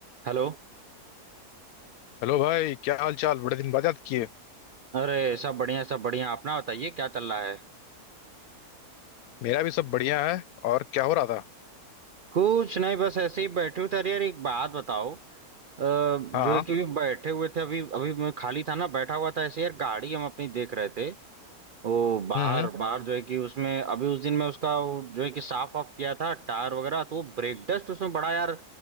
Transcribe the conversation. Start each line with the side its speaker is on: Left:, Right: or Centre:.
Right: हेलो
Left: Hello भाई क्या हाल चाल बड़े दिन बाद याद किए
Right: अरे सब बढ़िया सब बढ़िया अपना बताइए क्या चल रहा है
Left: मेरा भी सब बढ़िया है और क्या हो रहा था
Right: कुछ नहीं बस ऐसे ही बैठे हुए थे अरे यार एक बात बताओ अ, जो
Left: हाँ
Right: है कि अभी बैठे हुए थे अभी अभी मैं खाली था ना बैठा हुआ था ऐसे यार गाड़ी हम अपनी देख रहे थे वो बाहर
Left: हम्म
Right: बाहर जो है कि उसमें अभी उस दिन मैं उसका वो जो है कि साफ ऑफ किया था टायर वगैरह तो वो ब्रेक डस्ट उसमें बड़ा यार